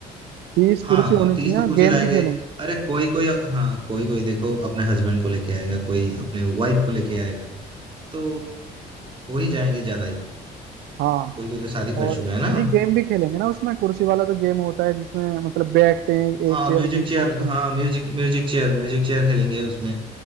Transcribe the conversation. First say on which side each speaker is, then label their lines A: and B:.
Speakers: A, on the right; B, on the right.
A: तीस
B: हाँ
A: कुर्सी होनी
B: तीस
A: चाहिए
B: तो कुर्सी
A: गेम
B: लाएंगे
A: भी खेलेंगे
B: अरे कोई कोई हाँ कोई कोई देखो अपने हस्बैंड को लेके आएगा कोई अपने वाइफ को लेके आएगा तो वो ही जाएंगे ज्यादा ही
A: हाँ
B: कोई कोई तो शादी कर
A: और
B: चुका है ना
A: नहीं
B: हम्म।
A: गेम भी खेलेंगे ना उसमें कुर्सी वाला जो गेम होता है जिसमें मतलब बैठते हैं
B: हाँ
A: एक चेयर
B: म्यूजिक
A: बीच
B: चेयर
A: में होती है
B: हाँ म्यूजिक म्यूजिक चेयर म्यूजिक चेयर खेलेंगे उसमें